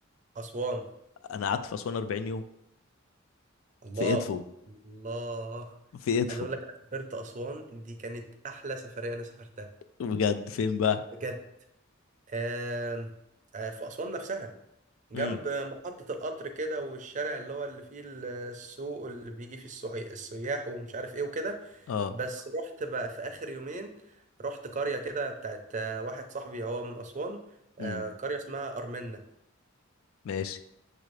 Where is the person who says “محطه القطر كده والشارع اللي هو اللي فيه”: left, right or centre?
Right